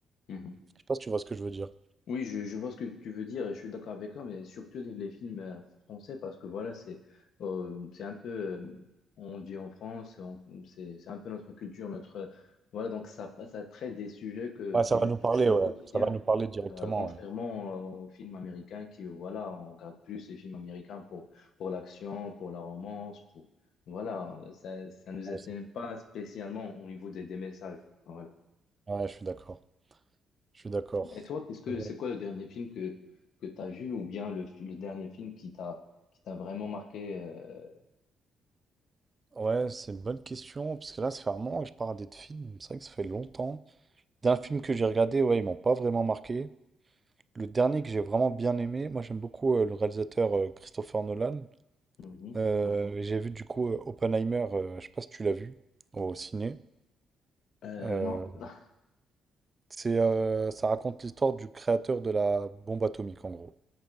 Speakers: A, on the left (about 75°); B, on the right (about 25°).
A: Mhm.
B: Je sais pas si tu vois ce que je veux dire.
A: Oui, je, je vois ce que tu veux dire et je suis d'accord avec toi, mais surtout les, les films euh, français, parce que voilà, c'est euh, c'est un peu, euh, on dit en France, on- c'est c'est un peu notre culture, notre, voilà, donc ça, ça traite des sujets que,
B: Ouais,
A: qui
B: ça va
A: nous
B: nous
A: touchent
B: parler,
A: au
B: ouais.
A: quotidien,
B: Ça va nous parler directement,
A: Euh, contrairement
B: ouais.
A: euh, aux films américains qui, euh, voilà, on regarde plus les films américains pour, pour l'action, pour la romance, pour, voilà, ça, ça nous
B: Ouais,
A: atteint
B: c'est-
A: pas spécialement au niveau des, des messages. Voilà.
B: ouais, je suis d'accord. Je suis d'accord.
A: Et toi, qu'est-ce que
B: Euh,
A: c'est quoi le dernier film que, que tu as vu ou bien le, fi- le dernier film qui t'a qui t'a vraiment marqué euh,
B: Ouais, c'est une bonne question, parce que là, ça fait un moment que je parle des films. C'est vrai que ça fait longtemps. D'un film que j'ai regardé, ouais, ils m'ont pas vraiment marqué. Le dernier que j'ai vraiment bien aimé, moi j'aime beaucoup euh, le réalisateur euh, Christopher Nolan.
A: mhm.
B: Euh, j'ai vu du coup euh, Oppenheimer, euh, je sais pas si tu l'as vu, au ciné.
A: Euh,
B: Euh,
A: non. <laughs>
B: C'est, euh, ça raconte l'histoire du créateur de la bombe atomique, en gros.